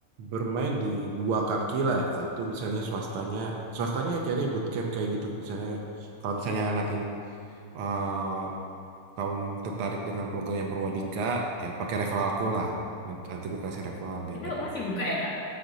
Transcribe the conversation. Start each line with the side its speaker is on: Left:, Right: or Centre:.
Right: bermain di dua kaki lah satu misalnya swastanya swastanya ya cari bootcamp kayak gitu misalnya kalau misalnya nanti eh, kamu tertarik dengan program yang Perwadika ya pakai referral aku lah Mint- nanti aku kasih referral biar
Left: Itu
Right: dapat
Left: masih buka ya Kak?